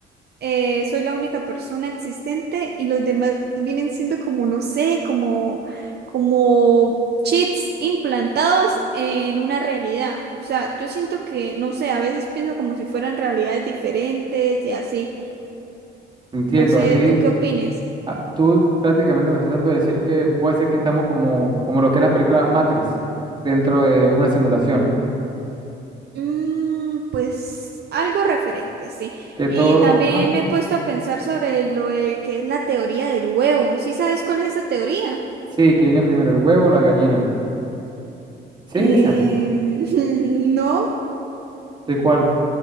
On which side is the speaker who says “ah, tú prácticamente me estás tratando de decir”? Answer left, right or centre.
Right